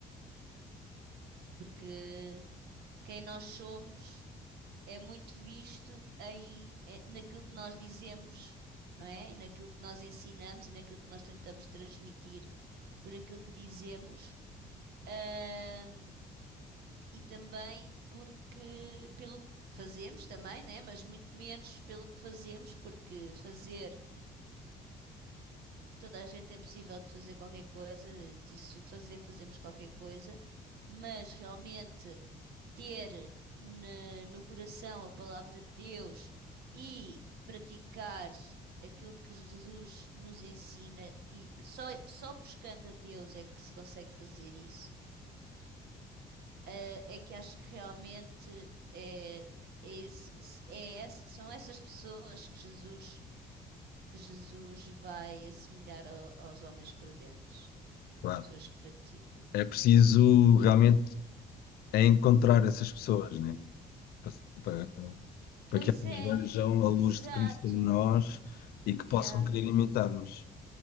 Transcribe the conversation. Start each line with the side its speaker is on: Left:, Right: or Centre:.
Right: Porque quem nós somos é muito visto em, eh, naquilo que nós dizemos, não é? E naquilo que nós ensinamos e naquilo que nós tentamos transmitir por aquilo que dizemos, ahm, e também porque pelo que fazemos também, né? Mas muito menos pelo que fazemos, porque fazer toda a gente é possível de fazer qualquer coisa, disso fazer, fazemos qualquer coisa, mas realmente ter na- no coração a palavra de Deus e praticar aquilo que Jesus nos ensina, e só, só buscando a Deus é que se consegue fazer isso. Eh, É que acho que realmente é, é esse- é esse- são essas pessoas que Jesus, que Jesus vai assemelhar ao- aos homens prudentes,
Left: Claro,
Right: pessoas que praticam.
Left: é preciso realmente é encontrar essas pessoas, né? Para, para,
Right: Pois
Left: para que elas
Right: é,
Left: vejam a luz
Right: exato.
Left: de Cristo em nós e que
Right: Yeah.
Left: possam querer imitar-nos.